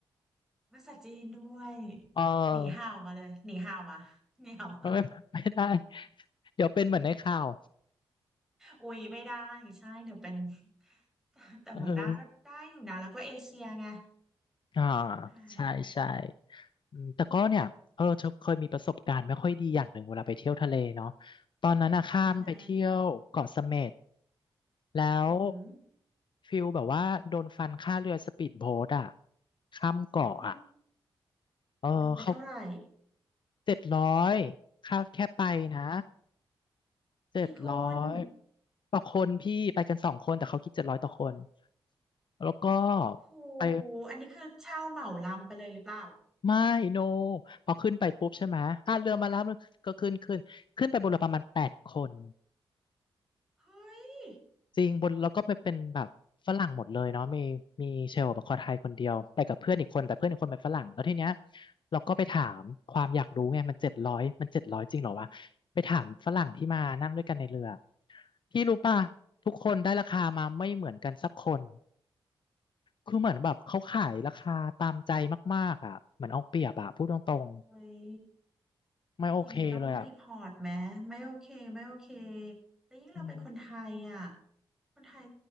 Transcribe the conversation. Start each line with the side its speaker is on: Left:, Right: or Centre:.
Centre: ภาษาจีนด้วย
Left: เออ
Centre: หนีห่าวมาเลยหนีห่าวมาหนีห่าวมา
Left: ไม่ไม่ได้เดี๋ยวเป็นเหมือนในข่าว
Centre: อุ้ยไม่ได้ใช่เดี๋ยวเป็น <laughs> แต่หัวหน้าก็ได้อยู่นะแล้วก็เอเชียไง
Left: เอออ่า
Centre: อ้าย
Left: ใช่ใช่ อืมแต่ก็เนี่ยเออเธอเคยมีประสบการณ์ไม่ค่อยดีอย่างหนึ่งเวลาไปเที่ยวทะเลเนาะ ตอนนั้นอะข้ามไปเที่ยวเกาะเสม็ด
Centre: ยังไง
Left: แล้ว
Centre: อือหือ
Left: ฟิลแบบว่าโดนฟันค่าเรือสปีดโบ๊ทอะข้ามเกาะอะ
Centre: อ๋อ
Left: เออเขา
Centre: โดนไปเท่าไหร่
Left: เจ็ดร้อยค่าแค่ไปนะเจ็ดร้อย
Centre: กี่คน
Left: ต่อคนพี่ไปกันสองคนแต่เขาคิดเจ็ดร้อยต่อคนแล้วก็
Centre: โห
Left: ไป
Centre: อันนี้คือเช่าเหมาลำไปเลยหรือเปล่า
Left: ไม่โนพอขึ้นไปปุ๊บใช่ไหมอ่ะเรือมาแล้วมันก็ขึ้นขึ้นขึ้นไปบนเรือประมาณแปดคน
Centre: เฮ้ย
Left: จริง บนแล้วก็ไปเป็นแบบฝรั่งหมดเลยเนาะมีมีเชลล์แบบคนไทยคนเดียวไปกับเพื่อนอีกคนแต่เพื่อนอีกคนเป็นฝรั่งแล้วทีเนี้ยเราก็ไปถามความอยากรู้ไงมันเจ็ดร้อยมันเจ็ดร้อยจริงเหรอวะไปถามฝรั่งที่มานั่งด้วยกันในเรือ
Centre: อืม
Left: พี่รู้ป่ะทุกคนได้ราคามาไม่เหมือนกันสักคนคือเหมือนแบบเขาขายราคาตามใจมากๆอ่ะเหมือนเอาเปรียบอ่ะพูดตรง
Centre: เฮ้ย
Left: ๆไม่โอเคเลยอ่ะ
Centre: อย่างนี้ต้องรีพอร์ตไหมไม่โอเคไม่โอเคแล้วยิ่งเราเป็นคนไทยอ่ะ
Left: อืม
Centre: คนไทย